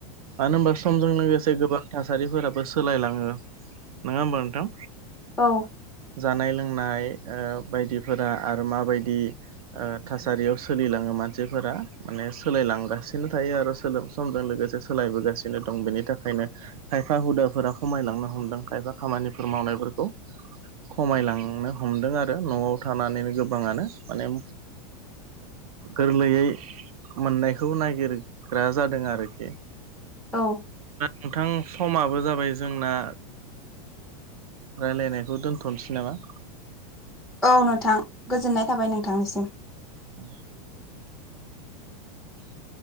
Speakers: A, on the right; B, in the centre.
A: मानो होनबा समजों लोगोसे गोबां थासारिफोराबो सोलायलाङो नङा होमबा नोंथां?
B: औ।
A: जानाय लोंनाय बायदिफोरा आरो माबायदि थासारियाव सोलिलाङो मानसिफोरा माने सोलायलांगासिनो थायो आरो समजों लोगोसे सोलायबोगासिनो दं बेनि थाखायनो खायफा हुदाफोरा खमायलांनो हमदों खायफा खामानिफोर मावनायफोरखौ खमायलांनो हमदों आरो न'आव थानानैनो गोबाङानो माने गोरलैयै मोननायखौ नागिरग्रा जादों आरोखि
B: औ
A: नोंथां समाबो जाबाय जोंना राय्लायनायखौ दोनथ'नोसै नामा
B: औ नोंथां गोजोननाय थाबाय नोंथांनिसिम
A: औ <inaudible>